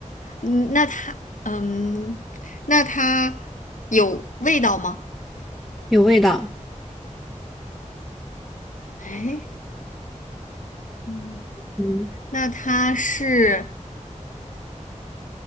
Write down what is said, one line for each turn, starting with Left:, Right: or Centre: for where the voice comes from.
Left: 嗯，那它，嗯，那它有味道吗？
Centre: 有味道。
Left: 哎，嗯，
Centre: 嗯
Left: 那它是